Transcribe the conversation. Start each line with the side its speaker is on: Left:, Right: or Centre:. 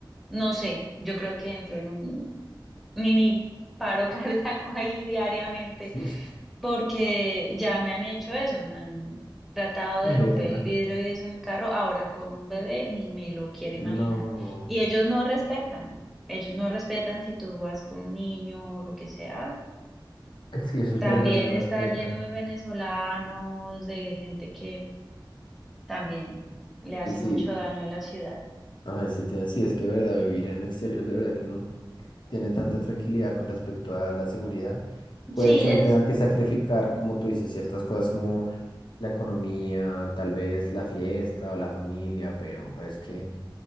Centre: no sé, yo creo que entro en un mini paro <laughs> cardíaco ahí diariamente
Left: <laughs>
Centre: porque ya me han hecho eso, me han tratado
Left: De
Centre: de romper
Left: verdad.
Centre: el vidrio y eso en el carro, ahora con un bebé ni me lo quiero
Left: No.
Centre: imaginar. Y ellos no respetan, ellos no respetan si tú vas con un niño o lo que sea.
Left: Sí, eso
Centre: También
Left: es verdad, no
Centre: está
Left: respetan.
Centre: lleno de venezolanos, de gente que también le hace
Left: Y sí,
Centre: mucho daño a la ciudad.
Left: ay, sí, te- sí, es que verdad, vivir en el exterior, de verdad que uno tiene tanta tranquilidad con respecto a la seguridad. Puede
Centre: Sí,
Left: que
Centre: es
Left: uno tenga que sacrificar, como tú dices, ciertas cosas como la economía, tal vez la fiesta o la familia, pero, pero es que